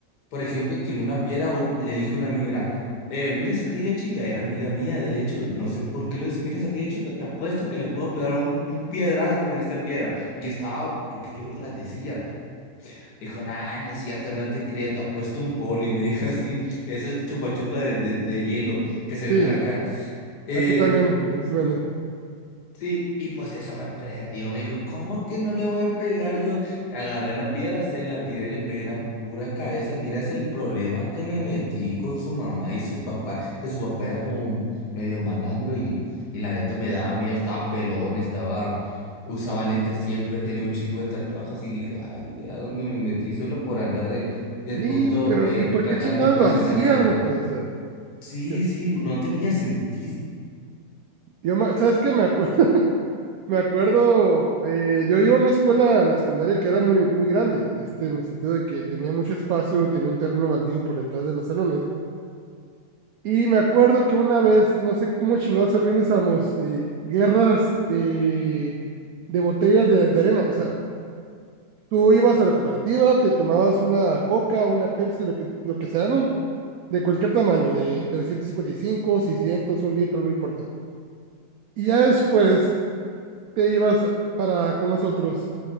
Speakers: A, on the left (about 65°); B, on the right (about 65°).
A: por ejemplo, tiré una piedra, a un- le dije a un amigo, mira, eh, miras a aquella chica, era amiga mía, de hecho, no sé por qué lo hice, miras a aquella chica, te apuesto que le puedo pegar un, un piedrazo con esta piedra. Y estaba, porque yo lo agradecía, dijo, nah, no es cierto, no te creía, te apuesto un boli, me <laughs> dijo así, eso es chupa chupa de, de de hielo que se vendan
B: sí,
A: acá. Eh,
B: aquí también, ahí se venden
A: sí, y pues eso me prendió. Me dijo, ¿cómo que no le voy a pegar? Yo agarré la piedra, se la tiré, le pegué en la pura cabeza. Mira, es el problema que me metí con su mamá y su papá, que su papá era como un medio malandro y, y la neta me daba miedo, estaba pelón, estaba, usaba lentes siempre, tenía un chingo de tatuajes y dije, ay, vea dónde me metí solo por andar de, de
B: Sí,
A: tonto,
B: pero
A: eh,
B: ¿y por
A: tratando
B: qué chingados
A: de impresionar
B: lo hacíamos?
A: gente.
B: Pues, o sea,
A: Sí,
B: yo,
A: sí, no no tenía sentido.
B: yo me- ¿sabes qué? Me acuerdo. Me acuerdo, eh, yo iba a una escuela, la secundaria, que era muy, muy grande, este, en el sentido de que tenía mucho espacio, tenía un terreno baldío por detrás de los salones. Y me acuerdo que una vez, no sé cómo chingados organizamos, eh, guerras de, de botellas de, de arena. O sea, tú ibas a la cooperativa, te tomabas una Coca, una Pepsi, lo que, lo que sea, ¿no? De cualquier tamaño, de 355, 600, un litro, no importa. Y ya después te ibas para con nosotros